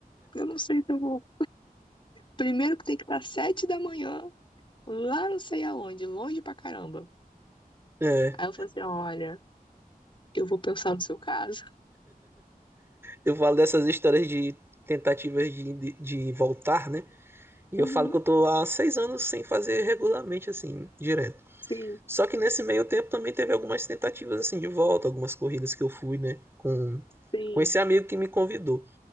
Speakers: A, on the left; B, on the right.
A: eu não sei se eu vou. Primeiro que tem que estar sete da manhã, lá não sei aonde, longe pra caramba.
B: É.
A: Aí eu falei assim, olha... eu vou pensar no seu caso.
B: Eu falo dessas histórias de tentativas de, de, de voltar, né? E
A: Uhum,
B: eu falo que eu tô há seis anos sem fazer regularmente, assim, direto.
A: sim,
B: Só que nesse meio tempo também teve algumas tentativas, assim, de volta, algumas corridas que eu fui, né, com,
A: sim.
B: com esse amigo que me convidou.